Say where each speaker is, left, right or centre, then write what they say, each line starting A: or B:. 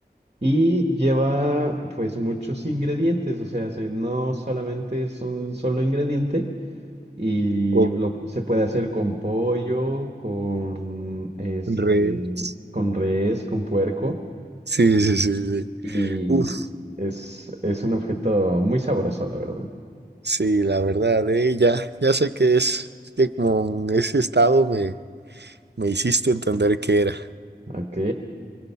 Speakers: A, on the right; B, on the right.
A: Y lleva pues muchos ingredientes, o sea, se- no solamente es un solo ingrediente y
B: O
A: lo, se puede hacer con pollo, con este,
B: con res.
A: con res, con puerco
B: Sí, sí, sí, sí.
A: y
B: Uf,
A: es, es un objeto muy sabroso, la verdad.
B: sí, la verdad, eh, ya, ya sé qué es, es que con ese estado me, me hiciste entender qué era.
A: Ok,